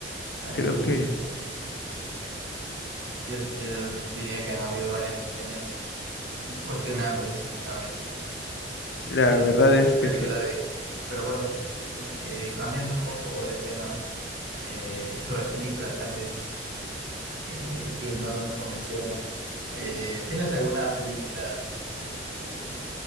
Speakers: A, on the right; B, on the left.
A: Ahí
B: Creo que
A: yo, yo diría que han habido varias decisiones cuestionables últimamente
B: la
A: en,
B: verdad es
A: en
B: que
A: películas
B: sí.
A: de Disney. Pero bueno, eh, cambiando un poco de tema. eh, sobre películas tal vez eh, que no nos convencieron. Eh, ¿tienes alguna película, no sé, que te,